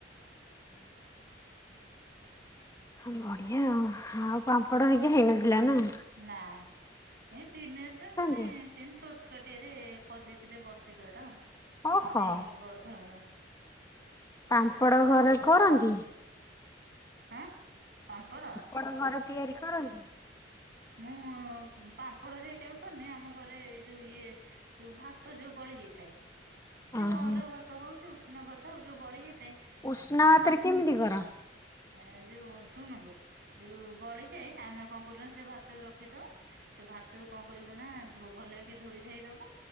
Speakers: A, on the left; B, on the right.
A: ହୁଁ <unintelligible> ବଢିଆ ଆଉ, ଆଉ ପାମ୍ପଡ ହେରିକା ହେଇନଥିଲା ନା।
B: ନା ଏଇ ତିନିଟା <unintelligible>
A: କାହାନ୍ତି?
B: ସେମିତି ଛୋଟକାଟିଆରେ କରିଦେଇଥିଲେ ବର୍ଷିକିଆଟା ଆଉ
A: ଓହୋ
B: ବେଶୀ ବଡଧରଣର ନଥିଲା।
A: ପାମ୍ପଡ଼ ଘରେ କରନ୍ତି?
B: ଏଁ ପାମ୍ପଡ଼।
A: କଣ ଘରେ ତିଆରି କରନ୍ତି?
B: ମୁଁ ପାମ୍ପଡ ଯେ କେବେ କରିନି ଆମ ଘରେ ଏଇ ଯୋଉ ଇଏ। ଯୋଉ ଭାତ ଯୋଉ ବଳି ଯାଇଥାଏ, ଯୋଉ
A: ଓହୋ
B: ଅରୁଆ ଭାତ ହଉ କି ଉଷୁନା ଭାତ ହଉ ଯୋଉ ବଳି ଯାଇଥାଏ।
A: ଉଷୁନା ଭାତରେ କେମିତି କର?
B: ହେଁ ଯୋଉ ଶୁଣନ୍ତୁ, ଯୋଉ ବଳିଜାଏ ଆମେ କଣ କରୁନା ସେ ଭାତକୁ ରଖିଥାଉ। ସେ ଭାତ କୁ କଣ କରିବୁ ନା ଭଲ କି ଧୋଇ ଧାଇଦବୁ